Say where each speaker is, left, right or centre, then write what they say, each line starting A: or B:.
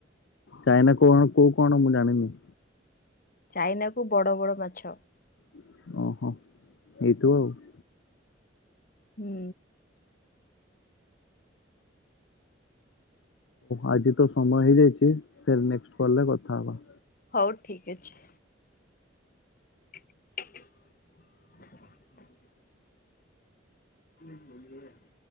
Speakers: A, on the left; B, on the left.
A: ଚାଇନା, କଉ କ'ଣ ମୁଁ ଜାଣିନି।
B: ଚାଇନା ବଡ଼ ବଡ଼ ମାଛ।
A: <inaudible>
B: ହୁଁ
A: ଆଜି ତ ସମୟ ହେଇଯାଇଚି, ଫିର୍ ନେକ୍ସଟ୍ କଲ୍ ରେ କଥା ହବା।
B: ହଉ ଠିକ୍ ଅଛି। <inaudible> <inaudible>